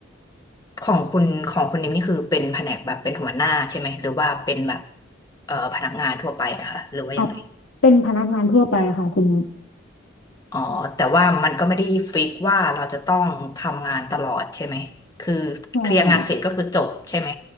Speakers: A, on the left (about 20°); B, on the left (about 80°).
A: ของคุณของคุณนิมนี่คือเป็นแผนกแบบเป็นหัวหน้าใช่ไหมหรือว่าเป็นแบบเอ่อพนักงานทั่วไปอะคะหรือว่ายังไง
B: เเป็นพนักงานทั่วไปค่ะคุณนุช
A: อ๋อแต่ว่ามันก็ไม่ได้ฟิกว่าเราจะต้องทำงานตลอดใช่ไหมคือเคลียร์งานเสร็จก็คือจบใช่ไหม
B: ใช่